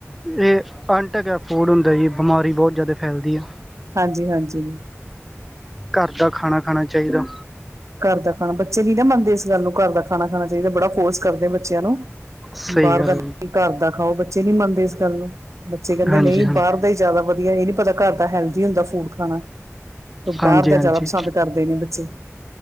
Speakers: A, in the centre; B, on the right (about 80°).
A: ਇਹ ਆਟੇ ਦੇ ਫੂਡ ਹੁੰਦਾ ਜੀ ਬਿਮਾਰੀ ਬਹੁਤ ਜਿਆਦਾ ਫੈਲਦੀ ਆ
B: ਹਾਂਜੀ ਹਾਂਜੀ
A: ਘਰ ਦਾ ਖਾਣਾ ਖਾਣਾ ਚਾਹੀਦਾ
B: ਘਰ ਦਾ ਖਾਣਾ ਬੱਚੇ ਨਹੀ ਨਾ ਮੰਨਦੇ ਇਸ ਗੱਲ ਨੂੰ ਘਰ ਦਾ ਖਾਣਾ ਖਾਣਾ ਚਾਹੀਦਾ ਬੜਾ ਫੋਰਸ ਕਰਦੇ ਬੱਚਿਆਂ ਨੂੰ
A: ਸਹੀ
B: ਬਾਹਰ
A: ਗੱਲ
B: ਦਾ ਨਹੀ
A: ਹੈ
B: ਘਰ ਦਾ ਖਾਓ ਬੱਚੇ ਨੀ ਮੰਨਦੇ ਇਸ ਗੱਲ ਨੂੰ ਬੱਚੇ ਕਹਿਦੇ
A: ਹਾਂਜੀ
B: ਨਹੀ
A: ਹਾਂਜੀ
B: ਬਾਹਰ ਦਾ ਹੀ ਜ਼ਿਆਦਾ ਵਧੀਆ ਇਹ ਨੀ ਪਤਾ ਘਰ ਦਾ ਹੈਲਦੀ ਹੁੰਦਾ ਫੂਡ ਖਾਣਾ ਤ
A: ਹਾਂਜੀ
B: ਬਾਹਰ ਦਾ
A: ਹਾਂਜੀ
B: ਜ਼ਿਆਦਾ ਪਸੰਦ ਕਰਦੇ ਨੇ ਬੱਚੇ